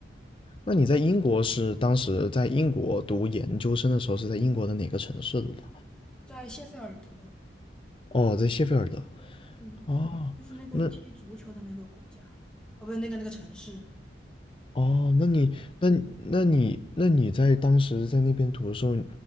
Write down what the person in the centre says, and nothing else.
在谢菲尔德，
嗯，
就是那个踢足球的那个国家，
哦，不是那个那个城市。